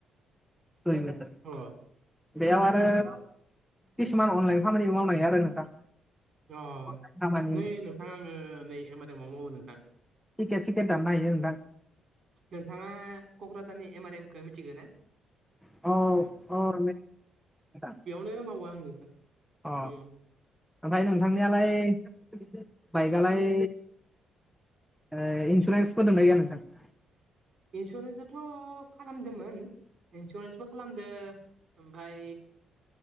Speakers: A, in the centre; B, on the right.
A: दुइ बोसोर
B: अ
A: बेयाव आरो
B: उम
A: किसुमान अनलाइन खामानिबो मावनो हायो आरो नोंथां।
B: अ'
A: अनलाइन खामानि
B: नै नोंथां आङो नै एम आर एमाव मावो नोंथां।
A: थिकेट-सिकेट दाननो हायो आरो नोंथां।
B: नोंथाङा क'क्राझारनि एम आर एमखौ मिथिगो ना?
A: औ औ <unintelligible>
B: नो मावो आं नोंथां।
A: अ
B: उम
A: ओमफ्राय नोंथांनियालाय बाइकआलाय ओ इन्सुरेन्सफोर दोंना गैया नोंथां।
B: इन्सुरेन्साथ' खालामदोंमोन इन्सुरेन्सबो खालामदों ओमफ्राय